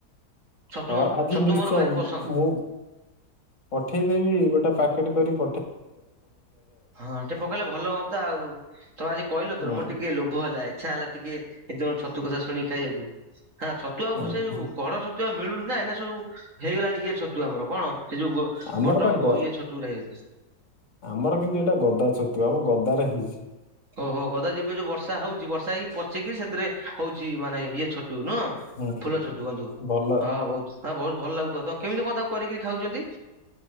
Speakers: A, on the right; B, on the left.
A: ଛତୁ
B: ହଁ, ଆଜି
A: ଛତୁ
B: ନିଶ୍ଚୟ
A: ମୋର ଭାରି
B: ମୁଁ
A: ପସନ୍ଦ।
B: ପଠେଇଦବି ଗୋଟେ ପାକେଟି କରିକ୍
A: ହଁ ଟିକେ ପକେଇଲେ ଭଲ ହୁଅନ୍ତା ଆଉ। ତମେ ଆଜି କହିଲ
B: ହୁଁ
A: ତୋର ମୋର ଟିକେ ଲୋବ୍ ଭ ହେଲା ଇଛା ହେଲା ଟିକେ ଏଦ ଛତୁ କଥା ଶୁଣି ଖାଇବାକୁ। ହାଁ ଛତୁ ଆଉକୁ
B: ହୁଁ।
A: ସେ କଢ ଛତୁ ଛତୁ ଆଉ ମିଳୁନି ନା ଏଇନା ସବୁ ହେଇଗଲାଣି ଇଏ ଛତୁ ଆମର କଣ ସେ ଯୋଉ
B: ଆମର
A: ବଟମ
B: ପା ଗ
A: ଇଏ ଛତୁ। ଚୁରା ହେଇଗଲାଣି।
B: ଆମର କିନ୍ତୁ ଏଇଟା ଗଦା ଛତୁ ଆମ ଗଦାରେ ହେଇଚି।
A: ଓହୋ ଗଦା ଯୋ ଏବେ ଯୋଉ ବର୍ଷା ହଉଚି ବର୍ଷା ହେଇକି ପଚିକିରି ସେଥିରେ ହଉଚି ମାନେ ଇଏ ଛତୁ ନୁହଁ।
B: ହୁଁ
A: ଫୁଲ
B: ହୁଁ
A: ଛଚୁ ବନ୍ଧୁ।
B: ଭଲ
A: ହଁ ବହୁତ୍ ହଁ ବହୁତ୍ ଭଲ ଲାଗୁଥିବ ତ କେମିତି କଣ ତାକୁ କରିକିରି ଖାଉଚନ୍ତି?